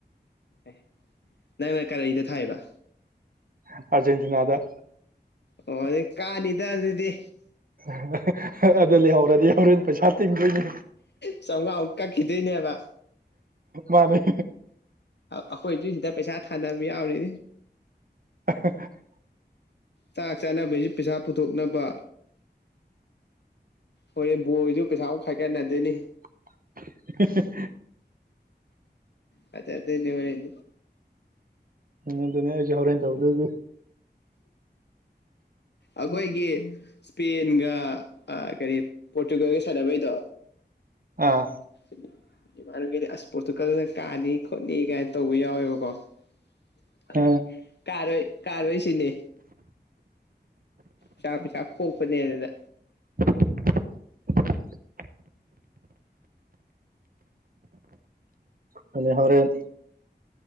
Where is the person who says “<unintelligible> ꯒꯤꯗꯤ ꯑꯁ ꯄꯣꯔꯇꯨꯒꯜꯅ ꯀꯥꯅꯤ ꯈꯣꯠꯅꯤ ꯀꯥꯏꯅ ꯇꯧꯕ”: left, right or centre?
Left